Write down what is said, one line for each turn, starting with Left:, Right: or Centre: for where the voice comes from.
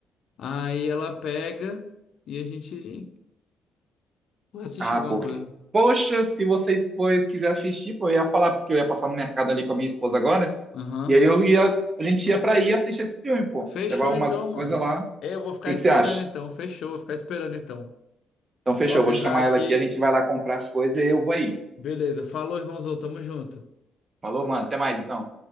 Left: Aí ela pega e a gente vai assistir
Right: Ah,
Left: alguma
Right: pô.
Left: coisa.
Right: Poxa, se vocês forem quiser assistir, pô, eu ia falar, porque eu ia passar no mercado ali com a minha esposa agora.
Left: Aham.
Right: E aí eu ia, a gente ia pra aí assistir esse filme, pô.
Left: Fechou
Right: Levar umas
Left: então, mano.
Right: coisas lá. O
Left: É, Eu vou ficar
Right: que
Left: esperando
Right: que você acha?
Left: então. Fechou, vou ficar esperando então.
Right: Então fechou,
Left: Vou avisar
Right: eu vou chamar
Left: aqui.
Right: ela aqui, a gente vai lá comprar as coisas e eu vou aí.
Left: Beleza. Falou, irmãozão. Tamo junto.
Right: Falou, mano. Até mais, então.